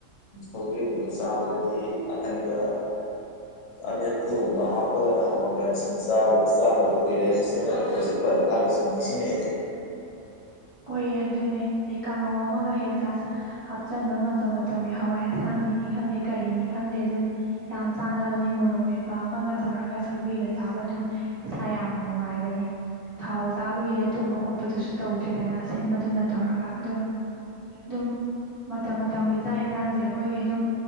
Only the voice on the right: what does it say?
ꯍꯌꯦ ꯑꯗꯨꯅꯦ ꯑꯗꯩ ꯀꯥꯡꯉꯧ ꯑꯃꯒ ꯍꯦꯛ ꯍꯥꯞꯆꯟꯕ ꯃꯇꯝ ꯃꯇꯝꯒꯤ ꯍꯋꯥꯏ ꯑꯁꯥꯡꯕꯤꯅꯤ ꯈꯪꯗꯦ ꯀꯔꯤꯅꯤ ꯈꯪꯗꯦ ꯑꯗꯨ ꯌꯥꯝ ꯆꯥꯅꯕꯅꯤ ꯃꯣꯔꯣꯡ ꯃꯦꯠꯄ ꯑꯃꯒ ꯇꯧꯔꯒ ꯁꯧꯒ꯭ꯔꯤꯒ ꯆꯥꯕ ꯑꯗꯨꯝ ꯏꯁꯥ ꯌꯥꯝꯅ ꯅꯨꯡꯉꯥꯏꯕꯅꯤ ꯊꯥꯎ ꯆꯥꯕꯒꯤ ꯂꯦꯠꯊꯣꯛꯄ ꯈꯣꯠꯄꯗꯨꯁꯨ ꯇꯧ ꯐꯠꯇ꯭ꯔꯦꯗꯅ ꯑꯁꯤꯟꯕꯗꯨꯅ ꯇꯧꯔꯒ ꯑꯗꯣ ꯑꯗꯨꯝ ꯃꯇꯝ ꯃꯇꯝꯒꯤ ꯆꯥꯛ ꯌꯦꯟꯁꯥꯡꯁꯦ ꯑꯩꯈꯣꯏꯒꯤ ꯑꯗꯨꯝ